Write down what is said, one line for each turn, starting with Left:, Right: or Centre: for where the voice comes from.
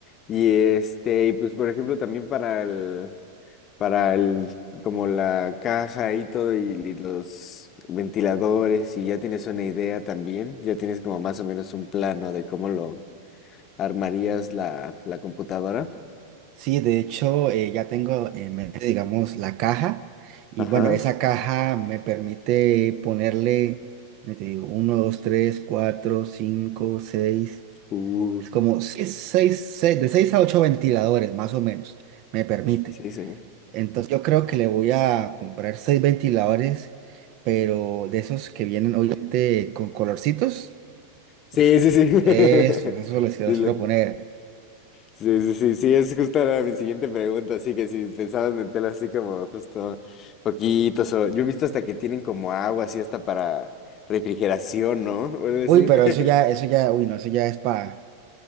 Left: Y este, y pues por ejemplo también para el, para el, como la caja y todo y, y los ventiladores y ya tienes una idea también, ya tienes como más o menos un plano de cómo lo armarías la, la computadora.
Right: Sí, de hecho, eh, ya tengo en mente, digamos, la caja. Y
Left: Ajá.
Right: bueno, esa caja me permite ponerle, me te digo, 1, 2, 3, 4, 5, 6.
Left: Uh,
Right: Es como seis- seis- seis- de 6 a 8 ventiladores, más o menos, me permite.
Left: sí, sí.
Right: Entonces, yo creo que le voy a comprar 6 ventiladores, pero de esos que vienen, obviamente, con colorcitos.
Left: Sí,
Right: Pues,
Left: sí, sí. <laughs>
Right: eso, eso les quiero,
Left: Sí,
Right: les
Left: sí.
Right: quiero poner.
Left: Sí, sí, sí, sí, es justo era mi siguiente pregunta, así que si pensabas meterlo así como justo poquitos, o yo he visto hasta que tienen como agua así hasta para refrigeración, ¿no? O algo
Right: Uy,
Left: así.
Right: pero eso ya,
Left: <laughs>
Right: eso ya, uy, no, eso ya es para.